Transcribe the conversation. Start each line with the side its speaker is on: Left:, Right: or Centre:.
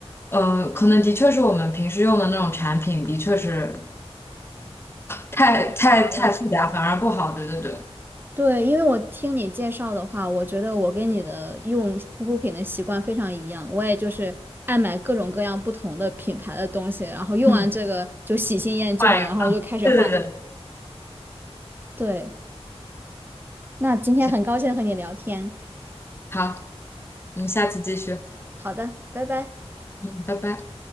Left: 呃，可能的确是我们平时用的那种产品，的确是太太太复杂，
Right: 太杂了。
Left: 反而不好。对对对，
Right: 对，因为我听你介绍的话，我觉得我跟你的用护肤品的习惯非常一样，我也就是爱买各种各样不同的品牌的东西，然后用完这个就喜新厌旧了，
Left: 嗯，换一个，
Right: 然后就开始换。
Left: 对对对，
Right: 对，那今天很高兴和你聊天。
Left: 行，好，我们下次继续，
Right: 好的，拜拜。
Left: 嗯，拜拜。